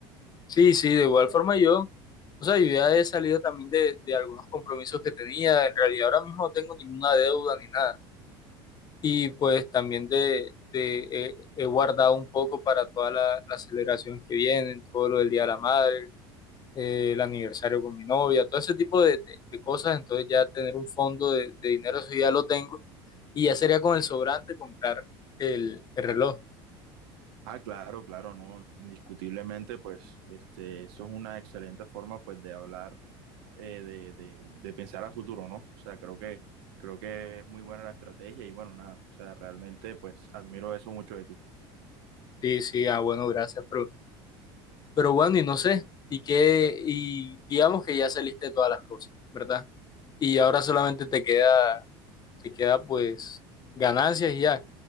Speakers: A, on the left; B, on the right.
A: Sí, sí, de igual forma yo, o sea, yo ya he salido también de, de algunos compromisos que tenía, en realidad ahora mismo no tengo ninguna deuda ni nada. Y pues también de, de he, he guardado un poco para todas la- las celebraciones que vienen, todo lo del Día de la Madre, eh, el aniversario con mi novia, todo ese tipo de, de- de cosas. Entonces ya tener un fondo de, de dinero, eso ya lo tengo. Y ya sería con el sobrante comprar el, el reloj.
B: Ah, claro, claro, no, indiscutiblemente, pues, este, eso es una excelente forma, pues, de hablar, eh, de, de, de pensar a futuro, ¿no? O sea, creo que, creo que es muy buena la estrategia y bueno, nada, o sea, realmente, pues, admiro eso mucho de ti.
A: Sí, sí, ah, bueno, gracias. Pero, pero bueno, y no sé, y qué, y digamos que ya saliste de todas las cosas, ¿verdad? Y ahora solamente te queda te queda pues ganancias y ya.